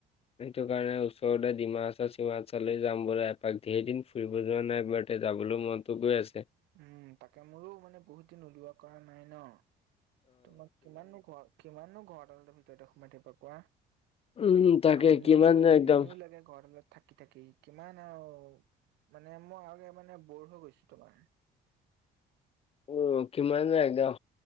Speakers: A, on the left (about 35°); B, on the right (about 90°).
A: সেইটো কাৰণে ওচৰতে ডিমাহাচাও-চিমাহাচাও যাম ব'লা এপাক, ধেৰ দিন ফুৰিব যোৱা নাই। এতিয়া যাবলৈও মনতো গৈ আছে।
B: উম, তাকে, মোৰো মানে বহুত দিন ওলোৱা কৰা নাই ন, তোমাক কিমান নো ঘৰত কিমানো ঘৰদালৰ ভিতৰতে সোমাই থাকিবা, কোৱা।
A: উম, তাকে
B: আমনিও
A: কিমান
B: লাগে,
A: যে
B: আমনিও
A: একদম
B: লাগে ঘৰ ডালত থাকি-থাকি, কিমান আৰু মানে মই আৰু মানে বৰ হৈ গৈছো তোমাৰ।
A: উম, কিমাননো একদম